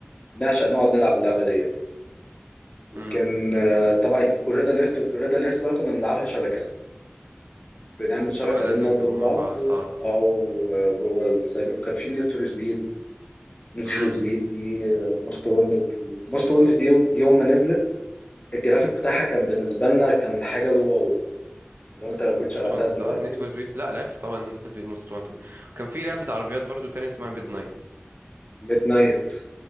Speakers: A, on the left; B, on the right.
A: نعشق نقعد نلعب اللعبة دي وكان
B: امم
A: آه، طبعا والريد اليرت الريد اليرت بقى كنا بنلعبها شبكه بنعمل شبكه
B: اه لازم
A: بيننا وبين
B: تبقوا مع
A: بعض
B: بعض اه
A: او آه، جوه السايبر وكان في نيد فور سبيد نيد
B: امم
A: فور سبيد دي موست وانتد موست وانتد دي دي يوم ما نزلت الجرافيك بتاعها كان بالنسبه لنا كان الحاجه الواو لو انت لو جيت
B: موست
A: شغلتها
B: وانتد
A: دلوقتي
B: اه نيد فور سبيد لا لعبت طبعا نيد فور سبيد موست وانتد وكان في لعبة عربيات برضو تانية اسمها ميد نايت
A: ميد نايت